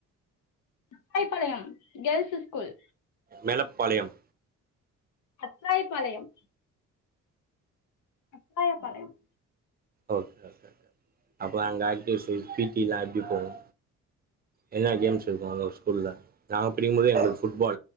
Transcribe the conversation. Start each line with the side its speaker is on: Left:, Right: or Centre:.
Left: Athaipalayam girls school
Right: Melapalayam
Left: Athaipalayam Athaipalayam
Right: okay okay அப்பறோ அங்க ஆக்டிவ்ஸ் பி டில்லா எப்டி போவு எதுன கேம்ஸ் இருக்கு ஸ்கூல்ல நாங்க படிக்குபோதுே எங்களுக்கு ஃபுட்பால்